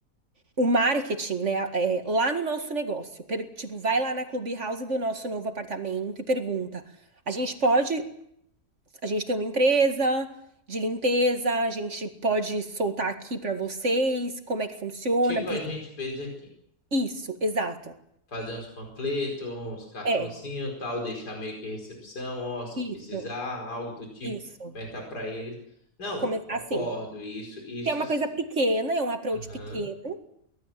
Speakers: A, on the right (about 45°); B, on the left (about 85°).
A: O marketing, né? É, lá no nosso negócio. Per- Tipo, vai lá na Clubhouse do nosso novo apartamento e pergunta. A gente pode. A gente tem uma empresa de limpeza, a gente pode soltar aqui pra vocês como é que funciona.
B: Tipo
A: pre-
B: a gente fez aqui.
A: Isso, exato.
B: Fazer uns panfletos, uns cartãozinhos,
A: É,
B: tal, deixar meio que recepção, ó, se
A: isso,
B: precisar, algo do tipo,
A: isso.
B: perguntar pra eles. Não,
A: Começar
B: concordo,
A: assim.
B: isso, isso
A: Que é uma
B: sim.
A: coisa pequena, é um approach
B: Aham.
A: pequeno.